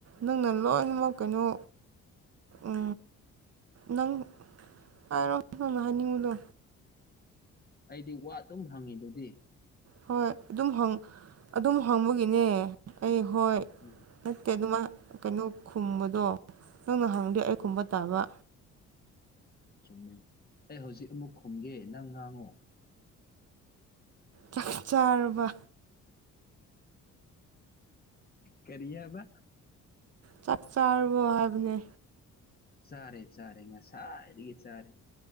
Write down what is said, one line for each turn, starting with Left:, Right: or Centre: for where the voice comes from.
Right: ꯅꯪꯅ ꯂꯣꯏꯅꯃꯛ ꯀꯩꯅꯣ ꯎ ꯅꯪ ꯍꯥꯏꯔꯣ ꯅꯪꯅ ꯍꯥꯏꯅꯤꯡꯉꯨꯗꯣ
Left: ꯑꯩꯗꯤ ꯋꯥ ꯑꯗꯨꯝ ꯍꯪꯉꯤ ꯑꯗꯨꯗꯤ
Right: ꯍꯣꯏ ꯑꯗꯨꯝ ꯑꯗꯨꯝ ꯍꯪꯕꯒꯤꯅꯦ ꯑꯩ ꯍꯣꯏ
Left: ꯎꯝ
Right: ꯅꯠꯇꯦ ꯑꯗꯨꯃꯥꯏ ꯀꯩꯅꯣ ꯈꯨꯝꯕꯗꯣ ꯅꯪꯅ ꯍꯪꯗꯦ ꯑꯩ ꯈꯨꯝꯕ ꯇꯥꯕ
Left: ꯆꯨꯝꯃꯦ ꯑꯩ ꯍꯧꯖꯤꯛ ꯑꯃꯨꯛ ꯈꯨꯝꯒꯦ ꯅꯪ ꯉꯥꯡꯉꯣ
Right: ꯆꯥꯛ ꯆꯥꯔꯕ
Left: ꯀꯔꯤꯌꯥꯕ
Right: ꯆꯞ ꯆꯥꯔꯕꯣ ꯍꯥꯏꯕꯅꯦ
Left: ꯆꯥꯔꯦ ꯆꯥꯔꯦ ꯉꯁꯥꯏꯗꯒꯤ ꯆꯥꯔꯦ